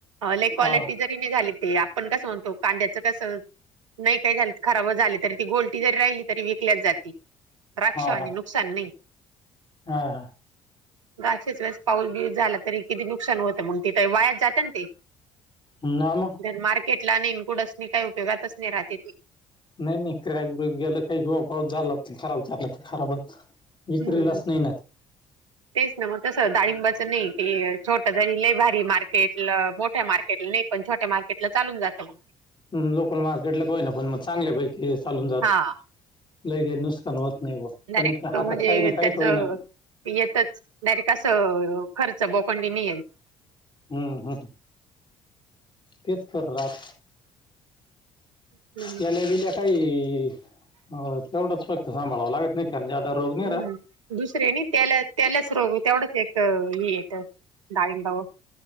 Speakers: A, on the right (about 85°); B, on the left (about 30°).
A: लाईक
B: हा
A: क्वालिटी जरी नाही झाली ते आपण कसं म्हणतो कांद्याचं कसं नाही काही झाले खराब झाले तरी ती गोलटी जरी राहिली तरी विकल्याच जाते राक्षवानी
B: हा हा
A: नुक सनी
B: हा ह
A: अक्षेच वेळेस पाऊस बिऊस झाला तरी किती नुकसान होतं मग तिथ वायात जातं ना ते
B: नाम
A: जर मार्केटला आणि इनक्लूड अस काही उपयगातच नाही राहते ती
B: नाही नाही क्रॅक ब्रक गेलं काही पाऊस झाला खराब झाला तर खराबच विक्रीलाच
A: हम्म
B: नाही ना ते
A: तेच ना मग तस डाळिंबाच नाही ते छोट ज ल बाहे मार्केट मोठ्या मार्कट नाही पणछट्या म्केट ला चालून जातं म
B: लोकल मार्केटला काय ना पण मग चांगल्यापैकी चालून जात
A: हा
B: लई काही नुकसान होत नाही ब कारण
A: डायरेक्ट
B: हातात
A: म्हणजे
B: काही ना काही
A: त्याच
B: कही ना.
A: येतच नाहीरेट कसं खर्च बोकंडीने येल.
B: हम्म होम. तेच कर राात
A: येत
B: त्याल्या विेल्या काही अ तेवढंच फक्त सांभाळावं लागत नाही. जदा रोग नाही
A: हम्म
B: र
A: दुसरे त्याला त्यालाच रोग तेवढंच एक अ ह येत दडाईबाव